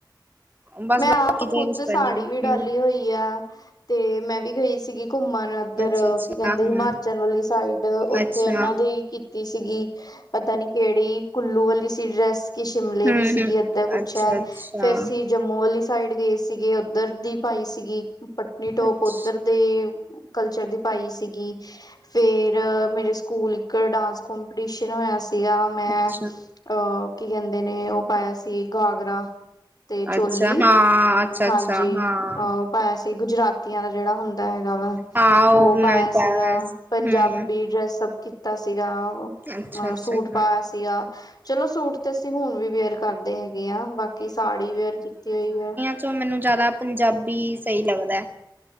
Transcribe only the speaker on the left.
ਮੈਂ
ਆਪ
ਖੁਦ
ਸਾੜੀ ਵੀ ਡਾਲੀ
ਹੋਈ ਆ ਤੇ ਮੈਂ ਵੀ ਗਈ ਸੀਗੀ। ਘੁੰਮਣ ਇੱਧਰ
ਕੀ ਕਹਿੰਦੇ
ਹਿਮਾਚਲ ਵਾਲੀ ਸਾਈਡ ਓਥੇ
ਓਨਾਂ ਦੀ ਸੀਗੀ। ਪਤਾ ਨੀ ਕੇੜੀ ਕੁੱਲੂ ਵਾਲੀ ਸੀ ਡਰੈਸ ਕਿ ਸ਼ਿਮਲੇ
ਦੀ
ਸੀਗੀ। ਅੱਦਾਂ ਕੁਛ
ਐ।
ਫੇਰ ਅਸੀਂ ਜੰਮੂ ਵਾਲੀ ਸਾਈਡ ਗਏ ਸੀਗੇ ਉੱਧਰ ਦੀ ਪਾਈ ਸੀਗੀ। ਪਟਨੀ ਟੋਪ
ਓਦਰ ਦੇ ਕਲਚਰ ਦੀ ਪਾਈ ਸੀਗੀ, ਫੇਰ ਮੇਰੇ ਸਕੂਲ ਇੱਕ ਡਾਂਸ ਕੌਂਪੀਟੀਸ਼ਨ ਹੋਇਆ ਸੀਗਾ, ਮੈਂ
ਅਹ ਕੀ ਕਹਿੰਦੇ ਨੇ ਓ ਪਾਇਆ ਸੀ ਘਾਗਰਾ, ਤੇ ਚੋਲੀ,
ਹਾਂਜੀ,
ਅਹ ਪਾਇਆ ਸੀ, ਗੁਜਰਾਤੀਆਂ ਦਾ ਜਿਹੜਾ ਹੁੰਦਾ ਹੈਗਾ ਵਾ।
ਉਹ
ਪਾਇਆ
ਸੀਗਾ,
ਪੰਜਾਬੀ
ਡਰੈਸਅੱਪ ਕੀਤਾ ਸੀਗਾ। ਅ
ਸੂਟ
ਪਾਇਆ ਸੀਗਾ, ਚਲੋ ਸੂਟ ਤੇ ਅਸੀਂ ਹੁਣ ਵੀ ਵੀਅਰ ਕਰਦੇ ਹੈ ਹੈਗੇ ਆਂ, ਬਾਕੀ ਸਾੜੀ ਵੇਅਰ ਕੀਤੀ ਹੋਈ ਆ।